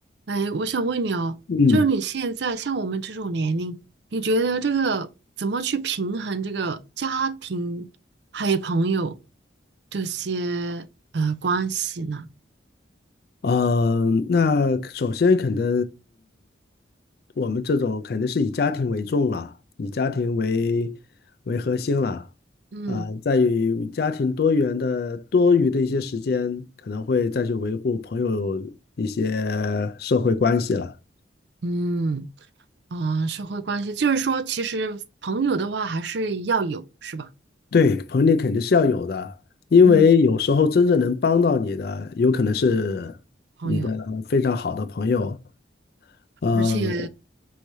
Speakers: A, on the right; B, on the left.
A: 哎，我想问你哦，
B: 嗯。嗯
A: 就是你现在像我们这种年龄，你觉得这个怎么去平衡这个家庭还有朋友这些呃关系呢？
B: 呃，那首先肯定，我们这种肯定是以家庭为重了，以家庭为为核心了。
A: 嗯
B: 啊、在于家庭多元的多余的一些时间，可能会再去维护朋友一些社会关系了。
A: 嗯啊，呃社会关系，就是说，其实朋友的话还是要有，是吧？
B: 对，朋友肯定是要有的，因为有时候真正能帮到你的，
A: 嗯，
B: 有可能是你的非常好的朋友。
A: 朋友，
B: 呃。
A: 而且